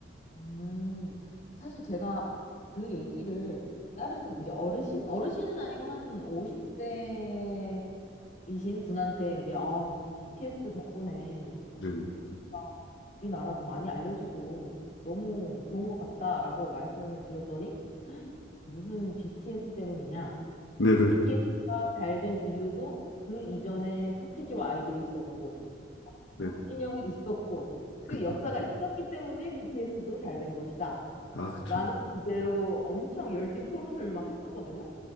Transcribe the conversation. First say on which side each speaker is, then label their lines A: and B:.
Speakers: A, on the left; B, on the left.
A: 음, 사실 제가 그 얘기를 다른 이제 어르신? 어르신은 아니고 한 50대이신 분한테 이제, 아, BTS 덕분에
B: 네.
A: 진짜 우리나라도 많이 알려지고 너무 좋은 것 같다라고 말씀을 드렸더니 무슨 BTS 때문이냐?
B: 네네.
A: BTS가 잘 된 이유도 그 이전에 서태지와 아이들이 있었고
B: 네.
A: 박진영이 있었고 그
B: 그,
A: 역사가 있었기 때문에 BTS도 잘 된 것이다.
B: 아, 그쵸.
A: 라는 주제로 엄청 열띤 토론을 막 했었거든요.